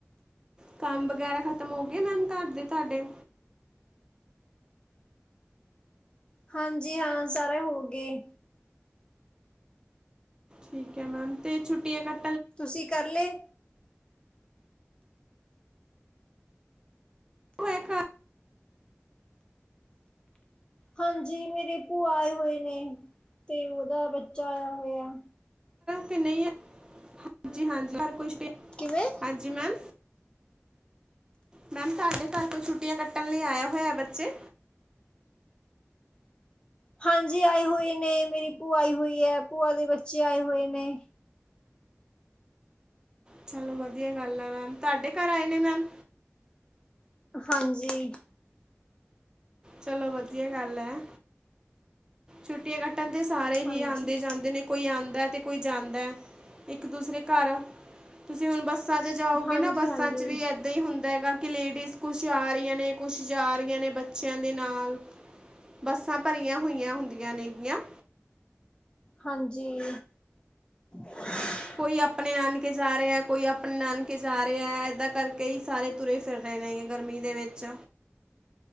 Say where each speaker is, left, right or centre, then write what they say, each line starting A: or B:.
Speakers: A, on the right (about 15°); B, on the left (about 20°).
A: ਕੰਮ ਵਗੈਰਾ ਖਤਮ ਹੋ ਗਏ ਮੈਮ ਘਰ ਦੇ ਤੁਹਾਡੇ?
B: ਹਾਂਜੀ ਹਾਂ ਸਾਰੇ ਹੋ ਗਏ।
A: ਠੀਕ ਹੈ ਮੈਮ ਅਤੇ ਛੁੱਟੀਆਂ ਕੱ
B: ਤੁਸੀਂ ਕਰ ਲਏ?
A: ਓਹ ਇੱਕ <inaudible>
B: ਹਾਂਜੀ ਮੇਰੇ ਭੂਆ ਆਏ ਹੋਏ ਨੇ, ਤੇ ਓਦਾ ਬੱਚਾ ਆਇਆ ਹੋਇਆ।
A: ਤੇ ਨਹੀਂ ਆ ਹਾਂਜੀ, ਹਾਂਜੀ ਹੋਰ ਕੁਛ।
B: ਕਿਵੇਂ?
A: ਹਾਂਜੀ ਮੈਮ। ਮੈਮ ਤੁਹਾਡੇ ਘਰ ਕੋਈ ਛੁੱਟੀਆਂ ਕੱਟਣ ਲਈ ਆਇਆ ਹੋਇਆ ਬੱਚੇ?
B: ਹਾਂਜੀ ਆਏ ਹੋਏ ਨੇ, ਮੇਰੀ ਭੂ ਆਈ ਹੋਈ ਹੈ, ਭੂਆ ਦੇ ਬੱਚੇ ਆਏ ਹੋਏ ਨੇ।
A: ਚਲੋ ਵਧੀਆ ਗੱਲ ਆ, ਮੈਮ ਤੁਹਾਡੇ ਘਰ ਆਏ ਨੇ ਮੈਮ?
B: ਹਾਂਜੀ।
A: ਚਲੋ ਵਧੀਆ ਗੱਲ ਹੈ, ਛੁੱਟੀਆਂ ਕੱਟਣ ਤੇ ਸਾਰੇ ਹੀ
B: ਹਾਂਜੀ
A: ਆਉਂਦੇ ਜਾਂਦੇ ਨੇ। ਕੋਈ ਆਉਂਦਾ ਅਤੇ ਕੋਈ ਜਾਂਦਾ ਇੱਕ ਦੂਸਰੇ ਘਰ, ਤੁਸੀਂ ਹੁਣ ਬਸ ਬੱਸਾਂ ਚ ਜਾਓਗੇ
B: ਹਾਂਜੀ
A: ਨਾ ਬੱਸਾਂ
B: ਹਾਂਜੀ
A: ਚ ਵੀ ਇ ਹੀ ਹੁੰਦਾ ਹੈਗਾ, ਕਿ ਲੇਡੀਜ਼ ਕੁਛ ਆ ਰਹੀਆਂ ਨੇ ਕੁਛ ਜਾ ਰਹੀਆਂ ਨੇ ਬੱਚੇ ਬੱਚਿਆਂ ਦੇ ਨਾਲ ਬੱਸਾਂ ਭਰੀਆਂ ਹੋਈਆਂ ਹੁੰਦੀਆਂ ਨੇਗੀਆਂ। ੱ
B: ਹਾਂਜੀ। <inaudible>
A: ਕੋਈ ਆਪਣੇ ਨਾਨਕੇ ਜਾ ਰਿਹਾ ਹੈ, ਕੋਈ ਆਪਣੇ ਨਾਨਕੇ ਜਾ ਰਿਹਾ ਹੈ। ਏਦਾਂ ਕਰਕੇ ਹੀ ਸਾਰੇ ਤੁਰੇ ਫਿਰ ਰਹੇ ਨੇਗੇ ਗਰਮੀ ਦੇ ਵਿੱਚ।